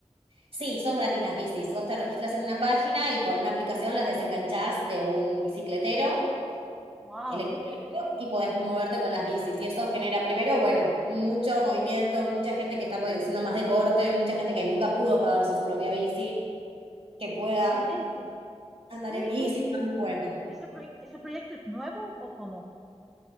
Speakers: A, on the right (about 55°); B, in the centre.
A: Sí, son gratis las bicis. Vos te registras en una página y con una aplicación las desenganchás de un bicicletero
B: ¡Wow!
A: electrónico y podés moverte con las bicis. Y eso genera primero, bueno, mucho movimiento, mucha gente que está po- haciendo más deporte, mucha gente que nunca pudo pagarse su propia bici, que pueda
B: Excelente.
A: andar
B: ¿Qué,
A: en bici,
B: qué,
A: está
B: qué?
A: muy bueno.
B: ¿Ese, proye- ese proyecto es nuevo o cómo?